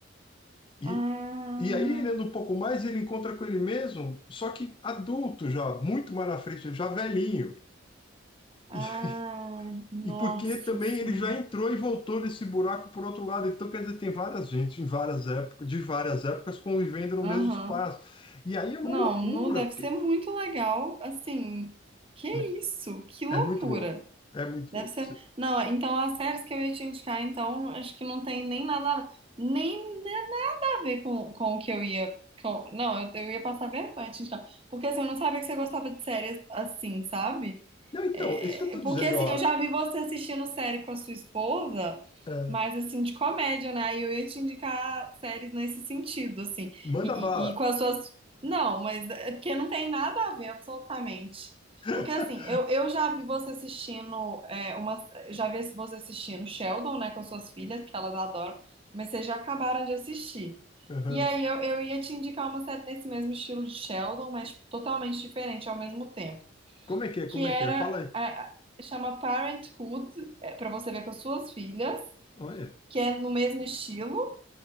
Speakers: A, on the left; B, on the right.
A: E,
B: Ah,
A: e aí ele anda um pouco mais e ele encontra com ele mesmo, só que adulto já, muito mais na frente, já velhinho.
B: ah,
A: <laughs>
B: nossa
A: E porque também
B: Senhora.
A: ele já entrou e voltou desse buraco por outro lado. Então, quer dizer, tem várias gente em várias épocas, de várias épocas convivendo no
B: Aham.
A: mesmo espaço. E aí é uma
B: Não,
A: loucura,
B: não deve
A: porque
B: ser muito legal, assim. Que
A: né,
B: isso? Que loucura.
A: é muito louco. É muito
B: Deve
A: louco.
B: ser.
A: Você-
B: Não, então as séries que eu ia te indicar, então, acho que não tem nem nada, nem nada a ver com, com o que eu ia. Com... Não, eu, eu ia passar vergonha, gente, não. Porque assim, eu não sabia que você gostava de séries assim, sabe?
A: Não, então,
B: É,
A: isso que eu tô
B: porque
A: dizendo,
B: assim,
A: ó,
B: eu já vi você assistindo série com a sua esposa,
A: é,
B: mas assim, de comédia, né? E eu ia te indicar séries nesse sentido, assim.
A: manda
B: E,
A: bala.
B: e- e com as suas. Não, mas é porque não tem nada a ver, absolutamente.
A: <laughs>
B: Porque assim, eu, eu já vi você assistindo é, uma. Já vi você assistindo Sheldon, né, com as suas filhas, que elas adoram, mas vocês já acabaram de assistir.
A: Aham.
B: E aí eu, eu ia te indicar uma série nesse mesmo estilo de Sheldon, mas tipo, totalmente diferente ao mesmo tempo
A: Como é que é?
B: que
A: Como
B: era
A: é que é? Fala aí.
B: a- a- chama Parenthood, para você ver com as suas filhas,
A: Olha.
B: que é no mesmo estilo,